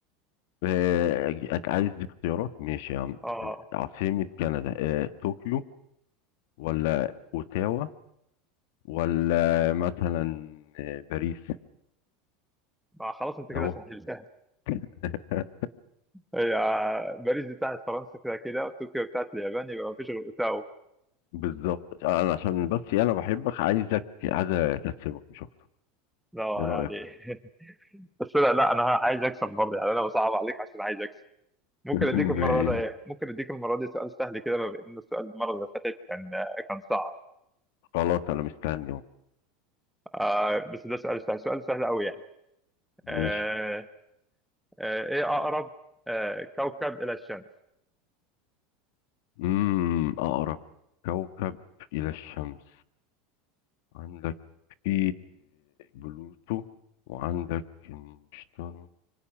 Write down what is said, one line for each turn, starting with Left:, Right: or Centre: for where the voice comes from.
Left: آه، أنت عايز اختيارات ماشي يا عم
Centre: اه
Left: آه، عاصمة كندا آه، طوكيو ولا أوتاوا ولا مثلا آه، باريس
Centre: ما خلاص انت كده
Left: أهو
Centre: سهلتها
Left: <laughs>
Centre: هي باريس دي بتاعت فرنسا كده كده وطوكيو بتاعت اليابان يبقى ما فيش غير اوتاوا
Left: بالظبط انا عشان بس انا بحبك عايزك عايز اكسبك مش اكتر
Centre: لا
Left: ايه رايك
Centre: يعني بس لا لا انا عايز اكسب برضه يعني انا بصعب عليك عشان عايز اكسب ممكن
Left: <laughs>
Centre: اديك
Left: ماشي
Centre: المره دي إيه؟ ممكن اديك المره دي سؤال سهل كده بما ان السؤال المره اللي فاتت كان كان صعب
Left: خلاص انا مستني اهو
Centre: آه بس ده سؤال سهل سؤال سهل قوي يعني
Left: ماشي
Centre: آه آه ايه اقرب آه كوكب الى الشمس
Left: امم اقرب كوكب الى الشمس عندك في بلوتو وعندك المشتري